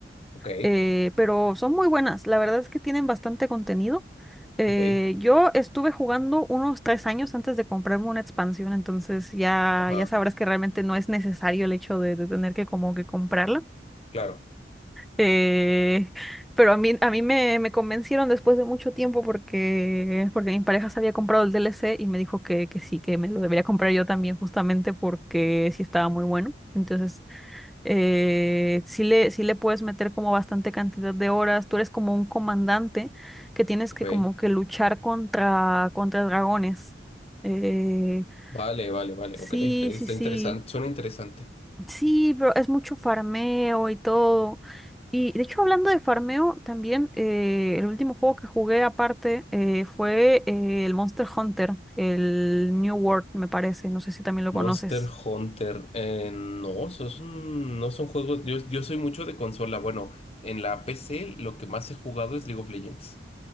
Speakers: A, on the left (about 35°); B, in the centre.
A: Ok,
B: Eh, pero son muy buenas. La verdad es que tienen bastante contenido. Eh,
A: ok,
B: yo estuve jugando unos tres años antes de comprarme una expansión, entonces ya,
A: ajá,
B: ya sabrás que realmente no es necesario el hecho de, de tener que como que comprarla.
A: claro,
B: Eh, pero a mí, a mí me, me convencieron después de mucho tiempo porque, porque mi pareja se había comprado el DLC y me dijo que, que sí, que me lo debería comprar yo también justamente porque sí estaba muy bueno. Entonces, eh, sí le, sí le puedes meter como bastante cantidad de horas. Tú eres como un comandante que tienes
A: ok.
B: que como que luchar contra, contra dragones. Eh,
A: Vale, vale, vale,
B: sí,
A: ok, ok, está
B: sí, sí.
A: interesante, suena interesante.
B: Sí, pero es mucho farmeo y todo. Y de hecho, hablando de farmeo, también eh, el último juego que jugué aparte eh, fue eh, el Monster Hunter, el New World, me parece. No sé si también lo
A: Monster
B: conoces.
A: Hunter, eh, no, esos son- no son juegos, yo, yo soy mucho de consola, bueno, en la PC lo que más he jugado es League of Legends.